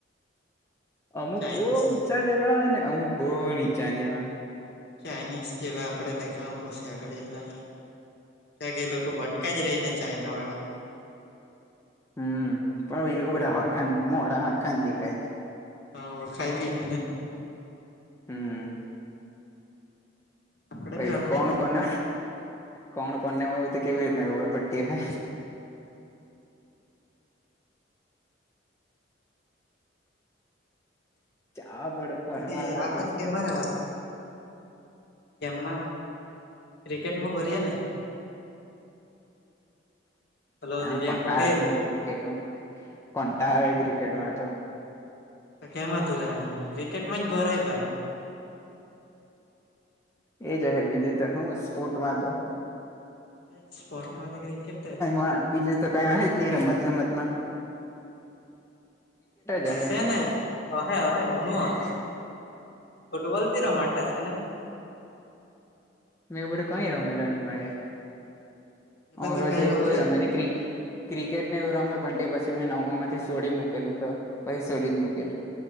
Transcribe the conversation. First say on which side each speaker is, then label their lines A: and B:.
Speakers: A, on the left; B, on the left.
A: અમુક
B: ચાઇનીઝ
A: બહુ ઊંચા જેવા ને અમુક બહુ નીચા જેવા.
B: ચાઇનીઝ જેવા આપડે દેખા પછ આગળ જતા ત્યા કે એ લોકો બટકાઈ. જ રહીને ચાઇના વાળા.
A: હમ પણ એ લોકો બ હરખાન મોડા હરખાન દેખાય છે.
B: હા ઓળખાઈ બી નહી ને.
A: હમ.
B: આપડે
A: ભાઈ
B: બી ઓળખાય
A: કોણ
B: જ દેખાતા
A: કોને
B: હોય કે એ લોકો.
A: કોણ કોણ ને મળ્યું તો કેવી રીતના ખબર પટ્ટી. જવા પડે ફરવા
B: પછી
A: આવે કે છે.
B: <unintelligible> ગેમમાં ક્રિકેટમાં ભરીએે ને
A: <inaudible>
B: હલો
A: હ
B: દિવ્યાંગ
A: કોટા
B: પટેલ
A: મને ક્રિકેટ કોટા આવે ક્રિકેટમાં તો.
B: તો કેમાં તુરા ક્રિકેટ માં જ ભરાય ભાઈ.
A: એ જ હ બીજું તો હું સ્પોર્ટમાં તો.
B: તે સ્પોર્ટમાં તો ક્રિકેટ જ‌.
A: હા બીજે ત કઈ હ જ નનીં રમત ગમત માં. જ હે
B: છે ને અહે અહ ઘણું ફુટબોલ ત રમાડતા છે ને.
A: મે એવું કઈ રમેલો નહી મળે.
B: એટલે
A: અરજવું
B: તું કઈ રમેલો
A: કોઈ રમે
B: જ
A: ક્રી ક્રિકેટ ને એવું રમમે પણ પછી મેં નવમામાંથી છોડી મૂકેલું તો પછી છોડી જ મુૂકેલું.